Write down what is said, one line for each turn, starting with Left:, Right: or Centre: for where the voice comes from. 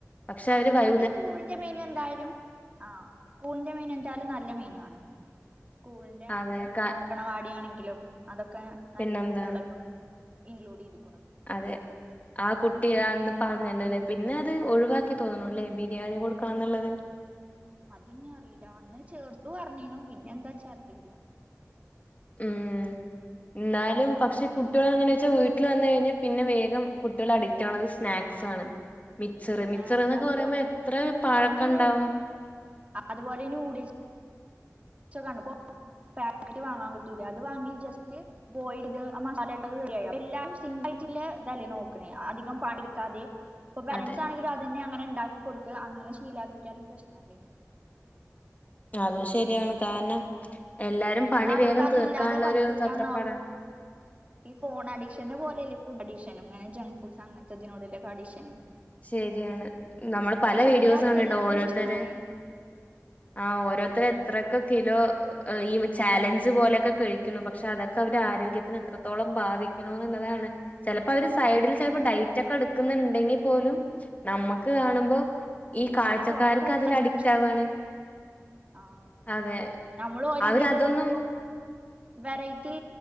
Left: പക്ഷെ
Right: ആ
Left: അവര് വൈ
Right: ഇപ്പത്തെ സ്കൂളിന്റെ മെനു എന്തായാലും ആ സ്കൂളിന്റെ മേനു എന്തായാലും നല്ല മെനു ആണ് സ്കൂളിന്റെണെങ്കിലും
Left: അതെ ക
Right: അങ്കണവാടി ആണെങ്കിലും അതൊക്കെ
Left: പിന്നെന്താ
Right: നല്ല ഫുഡ്ളാ കൊടക്കണ് ഇൻഗ്ഗ്ള്ഡ് ചെയ്യ്തു
Left: അതെ ആ കുട്ടി അന്ന് പ ഞ്ഞല്ലോല്ലേ പിന്നെ അത് ഒഴിവാക്കി തോന്നുണു ല്ലേ ബിരിയാണി കൊടുക്കണം ന്നുള്ളത്
Right: അത്ഞ്ഞ്അറീല. അന്നേ ചേർത്തു പറഞ്ഞീനു പിന്നെ എന്താച്ചാ അറീല്ല
Left: ഉം ഉം ന്നാലും പക്ഷെ കുട്ടിയോള് എങ്ങനെച്ചാ വീട്ടില് വന്നഴിഞ്ഞാ പിന്നെ വേഗം കുട്ടേള് അഡിക്റ്റ് ആവണത് സ്നാക്സ് ആണ് മിച്ചറ്
Right: സ്നാക്സ്
Left: മിച്ചറ് ന്നൊക്കെ
Right: അതുപോലെ
Left: പറയുമ്പോ എത്ര പാഴക്കണ്ടാവും
Right: ഇപ്പൊ ഈ നൂ അതുപോലെ ഈ ന്യൂഡിൽസ് കണ്പോ പാക്കറ്റ് വാങ്ങാൻ കിട്ടൂലെ അത് വാങ്ങി ജസ്റ്റ് ബോയില് ആ മസാലട്ടി അയ്റ്റ്ല്ലേ താ ല്ലേ നോക്കണേ അധികം പണിട്ക്കാതെ ഇപ്പൊ പാരൻറ്സ്ആണെങ്കിലും
Left: അതെ
Right: അതന്നെ അങ്ങനെ ഉണ്ടാക്കിക്കൊടുത്ത് അങ്ങനെ ശീലാക്കിയാലും പ്രശ് ന്നാലെ
Left: അതും ശരിയാണ് കാരണം എല്ലാരും
Right: പിന്നെ
Left: പണി
Right: അവർക്ക്
Left: വേഗം
Right: അതില്ലാതെ
Left: തീർക്കാള്ളരു
Right: പറ്റൂലന്നാവും
Left: ചത്രപ്പാടാണ്
Right: ഈ ഫോണഡിക്ഷന്റെ പോലെല്ലേ ഫുഡ് അഡിക്ഷനും ങ്ങനെ ജങ്ക് ഫുഡ് അങ്ങൻത്തെതിനോടുള്ളഅഡിക്ഷന്
Left: ശരിയാണ് നമ്മള് പല
Right: ശീലാക്കിയ
Left: വീഡിയോസും കണ്ടിട്ടുണ്ടാവും
Right: എല്ലാതും
Left: ഓരോര്ത്തര്
Right: പ്രശ്നാണ്
Left: ആ. ഓരോരുത്തര് എത്രക്കൊക്കെ കിലോ ഈ ചാലഞ്ച് പോലെക്കെ കഴിക്കുന്നു പക്ഷെ അതൊക്കെ അവരെ ആരോഗ്യത്തിന് എത്രത്തോളം ബാധി ക്ക്ണു എന്നുള്ളതാണ്. ചെലപ്പോ അവര് സൈഡിൽ ചൽപ്പോ ഡൈറ്റ് ഒക്കെ എടുക്കുന്നുണ്ടെങ്ങി പോലും നമ്മക്ക് കാണുമ്പോ ഈ
Right: ഇങ്ങനെ
Left: കാഴ്ചക്കാർക്ക്
Right: കൊറേ കഴിച്ചാലും
Left: അതിലഡിക്റ്റ്
Right: പ്രശ്നാണ്
Left: ആവാണ്
Right: ആ
Left: അതെ
Right: നമ്മള് ഓരണ്ടിട്ട്
Left: അവരതൊന്നും
Right: പ്പൊ വെറൈറ്റി